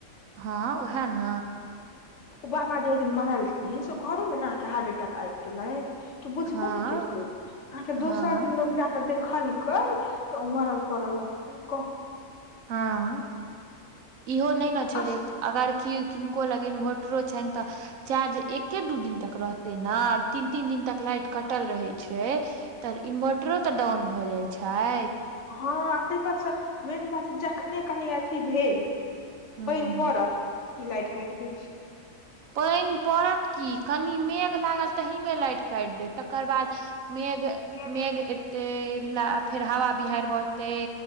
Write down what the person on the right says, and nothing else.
हँ ओह न
हँ
हँ
हँ इहो नै न
छै जे अगर कि किनको लगिन इनभोटरो छनि तऽ चार्ज एके दू दिन तक रहतै ने आब तीन तीन दिन तक लाइट कटल रहै छै तऽ इन्वर्टरो तऽ डाउन भऽ जाइ छै
हूँ
पानि पड़त की कनि मेघ लागल तहमे लाईट काटि देत तकर बाद मेघ
मेघ एते ल फेर हवा बिहारड़ि बहते